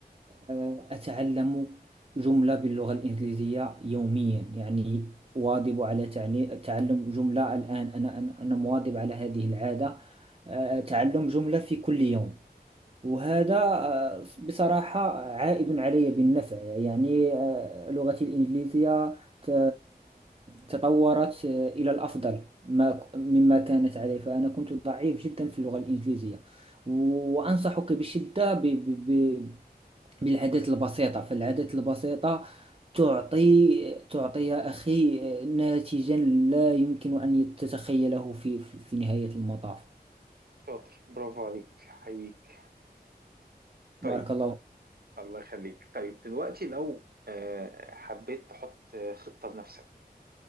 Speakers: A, on the right; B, on the right.
A: آه، أتعلم جملة باللغة الإنجليزية يوميا يعني واظب على تعلي- تعلم جملة الآن أنا أنا أنا مواظب على هذه العادة آه، تعلم جملة في كل يوم وهذا آه، بصراحة عائد علي بالنفع يعني آه، لغتي الإنجليزية ت- تطورت آه، إلى الأفضل ما مما كانت عليه فأنا كنت ضعيف جدا في اللغة الإنجليزية وأنصحك بشدة ب- ب- ب- بالعادات البسيطة فالعادات البسيطة تعطي تعطي يا أخي آه، ناتجا لا يمكن أن تتخيله في في في نهاية المطاف
B: شاطر برافو عليك حقيقي طيب
A: بارك الله
B: الله يخليك طيب دلوقتي لو آه، حبيت تحط خطة لنفسك